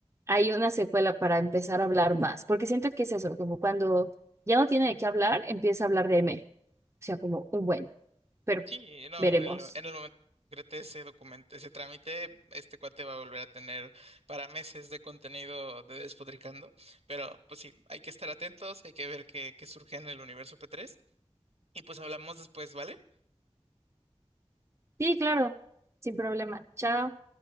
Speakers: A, on the right; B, on the right.
A: hay una secuela para empezar a hablar más. Porque siento que es eso, como cuando ya no tiene de qué hablar, empieza a hablar de M. O sea, como un bueno. Pero
B: Sí,
A: pues,
B: no,
A: veremos.
B: en el, en el momento que concrete ese documento, ese trámite, este cuate va a volver a tener para meses de contenido de Despotricando, pero pues sí, hay que estar atentos, hay que ver qué, qué surge en el universo P3 y pues hablamos después, ¿vale?
A: Sí, claro, sin problema. Chao.